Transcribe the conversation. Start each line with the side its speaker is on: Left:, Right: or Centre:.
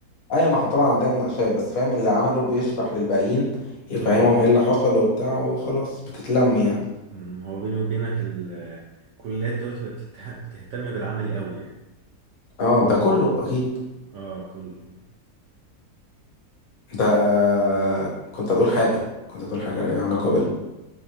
Left: ايوه ما احنا طبعا عندنا مناقشات بس فاهم اللي عمله بيشرح للباقيين يفهمهم
Right: اه
Left: ايه اللي حصل وبتاع وخلاص بتتلم يعني
Right: مم، هو بيني وبينك ال- الكليات دلوقتي بقت بتته- بتهتم بالعملي قوي يعني
Left: اه ده كله اكيد
Right: اه كل
Left: انت آه، كنت هتقول حاجة كنت هتقول حاجة ليها علاقة